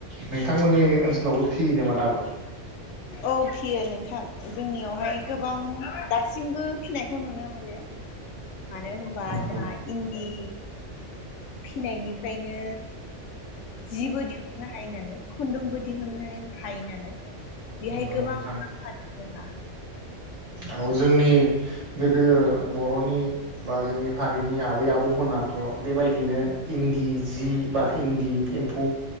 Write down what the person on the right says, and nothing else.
नोंथांमोननि ओनसोलावबो फियो नामा दाबो?
नंगौ
नंगौ
नोंथां
औ जोंनि होह गोदो बर'नि बा जोंनि हारिनि आबै आब बौमोनाथ' बेबायदिनो इन्दि जि बा इन्दि एम्फौ